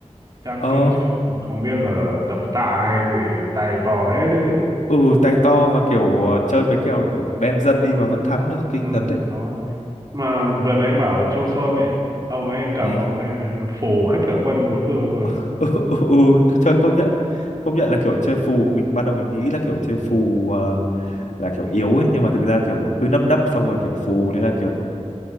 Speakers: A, on the right; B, on the left.
A: chắc
B: ờ
A: kiếp trước không biết là tập tạ hay gì tay to thế chứ lị
B: ừ tay to mà kiểu ờ, chơi mấy kèo kiểu đen dân đi mà vẫn thắng được kinh
A: ừ
B: thật đấy
A: đó mà vừa nãy bảo là Chô Sôn này ông ấy cầm
B: ừ.
A: ông ấy phủ hết cả quân đối phương luôn
B: <laughs> Ừ, ừ, ừ, chơi công nhận công nhận là kiểu chơi phù mình ban đầu mình nghĩ là kiểu chơi
A: ừ.
B: phù ờ, là kiểu yếu ấy nhưng mà thực ra kiểu cứ nấp nấp xong rồi kiểu phù thế là kiểu